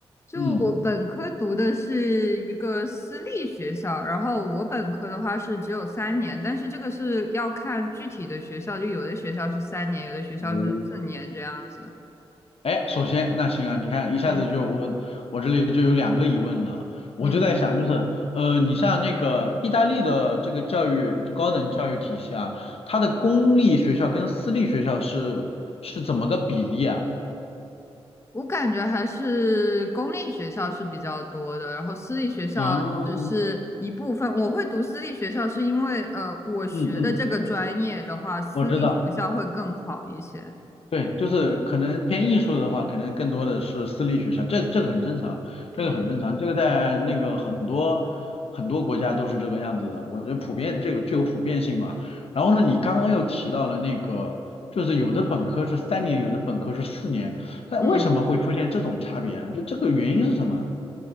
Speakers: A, on the left (about 25°); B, on the left (about 65°).
A: 就我本科读的是一个私立学校，
B: 嗯，
A: 然后我本科的话是只有三年，但是这个是要看具体的学校，就有的学校是三年，有的学校是四年这样子。
B: 我，哎，首先那行啊，你看一下子就我我这里就有两个疑问了，
A: 嗯
B: 我就在想就是呃，
A: 嗯，
B: 你像那个意大利的这个教育就高等教育体系啊，它的公立学校跟私立学校是是怎么个比例啊？
A: 我感觉还是公立学校是比较多的，然后私立学校只是一部分。
B: 哦，
A: 我会读私立学校是因为呃，我学的这个专业的话，
B: 嗯嗯，
A: 私立学校会更好一些。
B: 我知道。对，就是可能偏艺术的话，可能更多的是私立学校，这这个很正常，这个很正常，
A: 嗯
B: 这个在那个很多很多国家都是这个样子的，我觉得普遍这个具有普遍性嘛。然后呢，你刚刚又提到了那个，就是有的本科是三年，有的本科是四年，它为什么会出现这种差别啊？
A: 嗯，
B: 就这个原因是什么啊？